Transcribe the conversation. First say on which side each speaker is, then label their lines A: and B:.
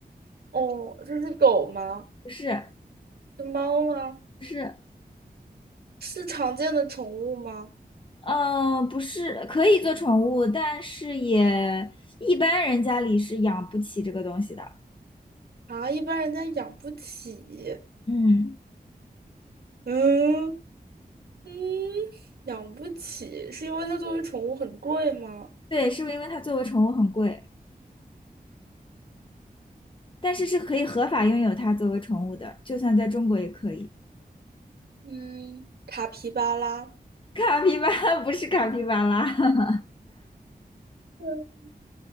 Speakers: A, on the right; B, on the left.
A: 哦，这是狗吗？
B: 不是，
A: 是猫吗？
B: 不是，
A: 是常见的宠物吗？
B: 嗯、不是，可以做宠物，但是也一般人家里是养不起这个东西的。
A: 啊，一般人家养不起。
B: 嗯，
A: 嗯嗯，养不起，是因为它作为宠物很贵吗？
B: 对，是不是因为它作为宠物很贵，但是是可以合法拥有它作为宠物的，就算在中国也可以。
A: 嗯，卡皮巴拉，
B: 卡皮巴拉 <laughs> 不是卡皮巴拉，<laughs>
A: 嗯